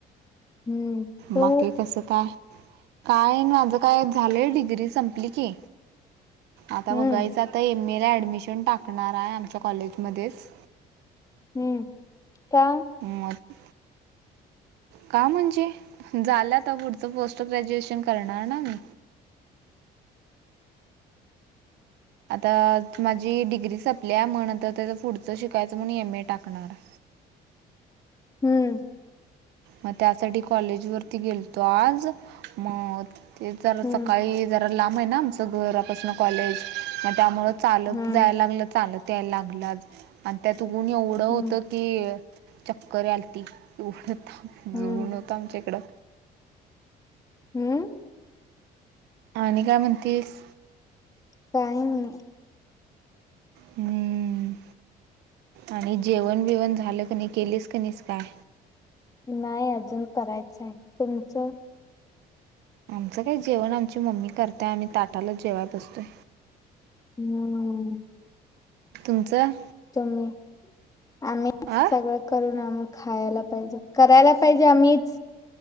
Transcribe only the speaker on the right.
बाकी कसं काय? काय नाय माझं काय झालंय डिग्री संपली की. आता
बघायचं आता एम ए ला ऍडमिशन टाकणार आहे आमच्या कॉलेजमध्येच.
मत का म्हणजे झालं आता पुढचं पोस्ट ग्रॅज्युएशन करणार ना मी. आता माझी डिग्री संपली आहे म नंतर त्याचा पुढचं शिकायचं म्हणून एम ए टाकणार आहे.
मग त्यासाठी कॉलेज वरती गेलतो आज म ते जरा
सकाळी ज रा लांब आहे ना आमचं घरापासून कॉलेज मग त्यामुळं चालत
जायला लागलं चालत त्या लागलाच आणि त्यात ऊन एवढं
होतं की चक्कर आलती एवढं ता आज
ऊन होतं आमच्या इकडं.
आणि काय म्हणतीस?
हम्म आणि जेवण बिवण झालं क नाही केलेस क निस काय?
आमचं काय जेवण आमची मम्मी करताय आम्ही ताटाला जेवाय बसतोय.
तुमचं?
आ